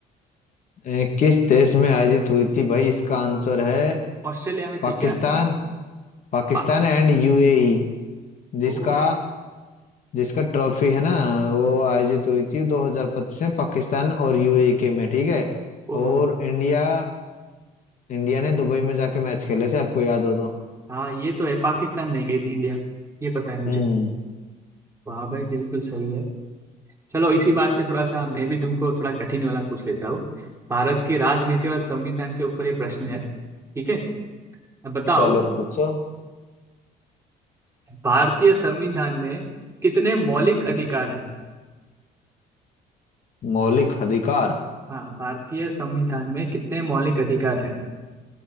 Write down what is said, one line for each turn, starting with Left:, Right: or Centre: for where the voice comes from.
Left: ए, किस देश में आयोजित हुई थी भाई इसका आंसर है
Right: ऑस्ट्रेलिया में
Left: पाकिस्तान
Right: थी क्या
Left: Pakistan
Right: पा
Left: and UAE जिसका
Right: ओ
Left: जिसका ट्रॉफी है ना वो आयोजित हुई थी 2025 में पाकिस्तान और यूएई के में ठीक है
Right: ओहो
Left: और
Right: हो
Left: इंडिया इंडिया ने दुबई में जाके मैच खेले थे आपको याद हो तो
Right: हाँ ये तो है पाकिस्तान नहीं गई थी इंडिया ये पता है मुझे
Left: हम्म
Right: वाह भाई बिल्कुल सही है चलो इसी बात पे थोड़ा सा मैं भी तुमको थोड़ा कठिन वाला पूछ लेता हूँ भारत की राजनीति और संविधान के ऊपर ये प्रश्न है ठीक है अब बताओ
Left: चलो पूछो
Right: भारतीय संविधान में कितने मौलिक अधिकार हैं
Left: मौलिक अधिकार
Right: हाँ भारतीय संविधान में कितने मौलिक अधिकार हैं